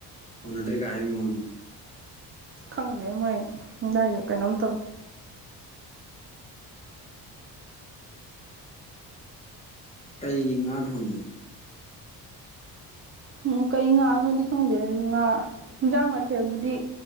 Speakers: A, on the left; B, on the right.
A: ꯀꯣꯟꯅꯗ꯭ꯔꯦ ꯀ ꯍꯥꯏꯕꯩ ꯃꯋ‌ꯣꯡꯅꯤ
B: ꯈꯪꯗꯦ ꯃꯣꯏ ꯑꯗꯥꯏꯗ‌ꯣ ꯀꯩꯅꯣꯝ ꯇꯧꯋꯦ
A: ꯀꯩ ꯉꯥ ꯊꯣꯡꯉꯤꯅꯣ
B: ꯎꯝ ꯀꯩ ꯉꯥꯅꯣꯗꯤ ꯈꯪꯗꯦ ꯉꯥ ꯌꯦꯟꯖꯥꯡ ꯃꯊꯦꯜꯕꯨꯗꯤ